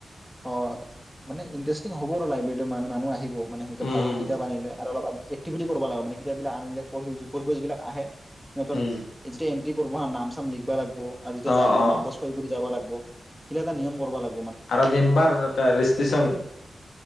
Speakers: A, in the centre; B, on the left.
A: অঁ মানে ইণ্টাৰেষ্টিং হব আৰু লাইব্ৰেৰী মানে মানুহ আহিব মানে সেনেকে
B: উম
A: ভাল ভাল কিতাপ আনিলে আৰু অলপমান একতিভিতি কৰিব লাগে কেতিয়াবা আন পঢ়িব যিবিলাক আহে সিহঁতৰ
B: উম
A: যেতিয়া এটি কৰিব নাম চাম লিখিব লাগিব আৰু যেতিয়া
B: অ
A: যাব
B: অ
A: নামটো চহী কৰি যাব লাগে এতিয়া এটা নিয়ম কৰিব লাগে।
B: আৰু মেম্বাৰ এটা ৰেজিষ্ট্ৰন